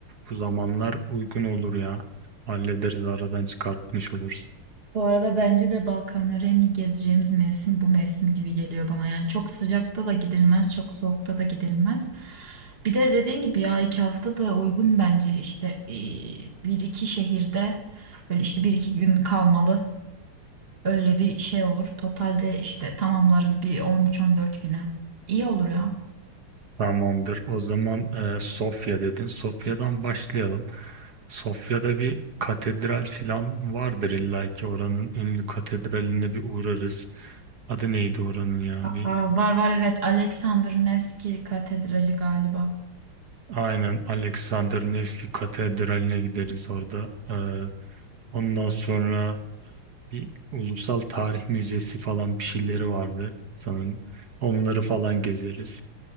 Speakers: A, on the right; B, on the right.
A: bu zamanlar uygun olur ya. Hallederiz aradan çıkartmış oluruz.
B: Bu arada bence de Balkanları en iyi gezeceğimiz mevsim bu mevsim gibi geliyor bana. Yani çok sıcakta da gidilmez, çok soğukta da gidilmez. Bir de dediğin gibi ya iki hafta da uygun bence işte e, bir iki şehirde böyle işte bir iki gün kalmalı. Öyle bir şey olur. Totalde işte tamamlarız bir 13-14 güne. İyi olur ya.
A: Tamamdır. O zaman e, Sofya dedin. Sofya'dan başlayalım. Sofya'da bir katedral filan vardır illa ki oranın ünlü katedraline bir uğrarız. Adı neydi oranın ya?
B: Aa, var var evet Alexander Nevski Katedrali galiba.
A: Aynen Alexander Nevski Katedrali'ne gideriz orada. Ee, ondan sonra bir Ulusal Tarih Müzesi falan bir şeyleri vardı sanırım. Onları falan gezeriz.